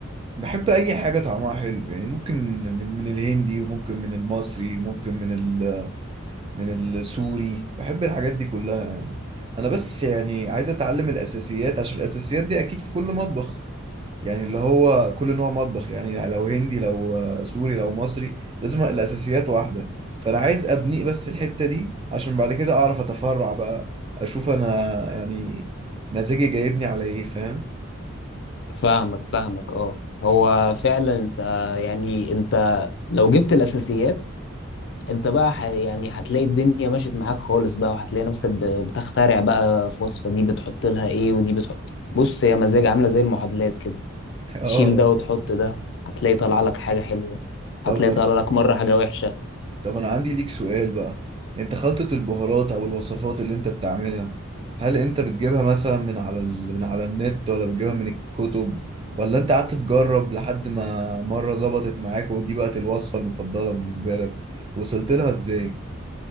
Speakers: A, on the right (about 25°); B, on the left (about 55°).
A: بحب اي حاجه طعمها حلو يعني ممكن من من الهندي وممكن من المصري وممكن من ال من السوري بحب الحاجات دي كلها يعني انا بس يعني عايز اتعلم الاساسيات عشان الاساسيات دي اكيد في كل مطبخ يعني اللي هو كل نوع مطبخ يعني لو هندي لو سوري لو مصري لازم الاساسيات واحده فانا عايز ابني بس الحته دي عشان بعد كده اعرف اتفرع بقى اشوف انا يعني مزاجي جايبني على ايه فاهم
B: فاهمك فاهمك اه هو فعلا انت يعني انت لو جبت الاساسيات انت بقى ح... يعني هتلاقي الدنيا مشيت معاك خالص بقى وهتلاقي نفسك ب- بتخترع بقى في وصفة دي بتحط لها ايه ودي بتحط بص هي مزاج عاملة زي المعادلات كده
A: <laughs> اه
B: تشيل ده وتحط ده هتلاقي طالع لك حاجة حلوة
A: طب
B: هتلاقي طالع لك مرة حاجة وحشة
A: طب أنا عندي ليك سؤال بقى أنت خلطة البهارات أو الوصفات اللي أنت بتعملها هل أنت بتجيبها مثلا من على ال... من على النت ولا بتجيبها من الكتب ولا أنت قعدت تجرب لحد ما مرة ظبطت معاك ودي بقت الوصفة المفضلة بالنسبة لك وصلت لها إزاي؟